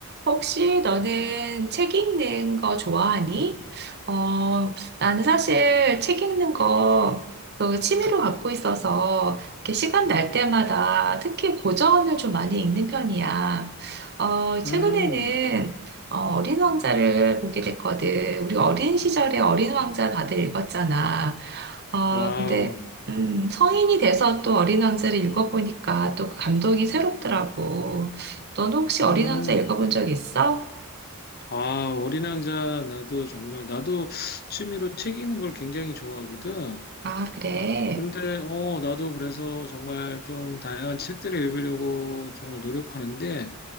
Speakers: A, on the right; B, on the left.
A: 혹시 너는 책 읽는 거 좋아하니? 어, 나는 사실 책 읽는 거 그 취미로 갖고 있어서 이렇게 시간 날 때마다 특히 고전을 좀 많이 읽는 편이야. 어, 최근에는
B: 음,
A: 어, 어린 왕자를 보게 됐거든. 우리 어린 시절에 어린 왕자 다들 읽었잖아. 어,
B: 와우.
A: 근데, 음, 성인이 돼서 또 어린 왕자를 읽어보니까 또 그 감동이 새롭더라고. 너는 혹시 어린
B: 음,
A: 왕자 읽어본 적 있어?
B: 아, 어린 왕자, 나도 정말, 나도 취미로 책 읽는 걸 굉장히 좋아하거든.
A: 아, 그래.
B: 근데, 어, 나도 그래서 정말 좀 다양한 책들을 읽으려고 정말 노력하는데,